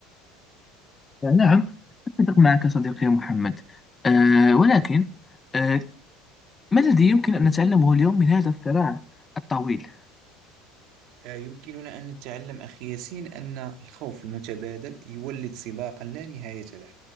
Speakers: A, on the left; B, on the right.
A: يعني نعم أتفق معك صديقي يا محمد أه ولكن أه ما الذي يمكن أن نتعلمه اليوم من هذا الصراع الطويل؟
B: آه، يمكننا أن نتعلم أخي ياسين أن الخوف المتبادل يولد سباقا لا نهاية له